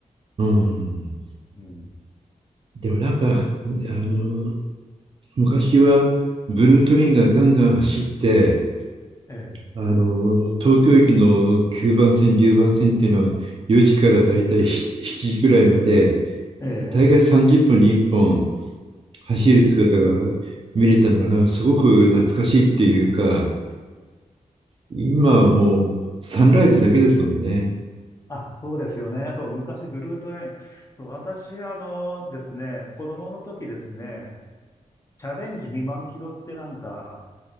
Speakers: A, on the right; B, on the left.
A: うん
B: うん。
A: でもなんか、あの、昔はブルートレインがガンガン走って、
B: ええ。
A: あの、東京駅の9番線、10番線っていうのは4時からだいたい7時くらいまで、
B: ええ。
A: 大概30分に1本走る姿が見れたのかな、すごく懐かしいっていうか、今はもうサンライズだけですもんね。
B: あ、そうですよね。あと、昔、ブルートレイン。そう私、あのですね、子供の時ですね、チャレンジ2万キロってなんか、